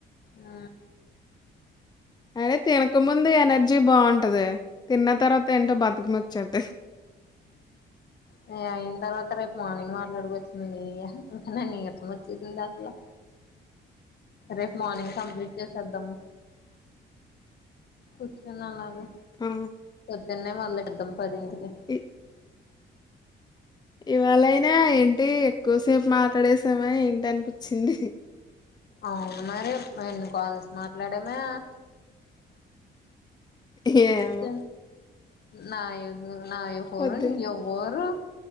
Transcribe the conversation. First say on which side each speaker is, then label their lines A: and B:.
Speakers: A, on the left; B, on the left.
A: ఆ
B: అే తినకముందు ఎనర్జీ బాగుంటది తిన్న తర్వాత ఏంటో బతుకమ చద్దే
A: హ అయిన తర్వాత రేపు మార్నింగ్ మాట్లాడుక వచ్చింది వెయ్య ఇంకా న నీరసం వచ్చేసింది అసల రేపు మార్నింగ్ కంప్లీట్ చేసేద్దాము కుచ్చ నలాగా
B: ఆ
A: దున్నే మొదలెట్టెదం పదింటికి
B: ఇ ఇవాళైనా ఏంటి ఎక్కువసేపు మాట్లాడేసామా ఏంటి అనిపించింది
A: అవును మరి రెండు కాల్స్ మాట్లాడేమే
B: ఏమో
A: ఇంక నాయ నాయో ఫోరు
B: పొద్దు
A: నీయో ఫోర్